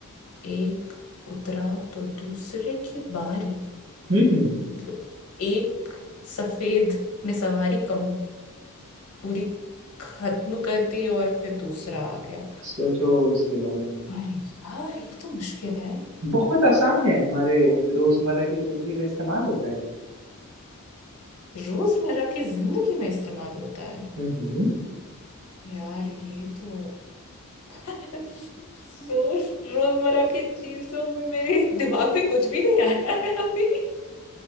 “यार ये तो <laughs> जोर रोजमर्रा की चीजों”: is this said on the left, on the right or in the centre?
Left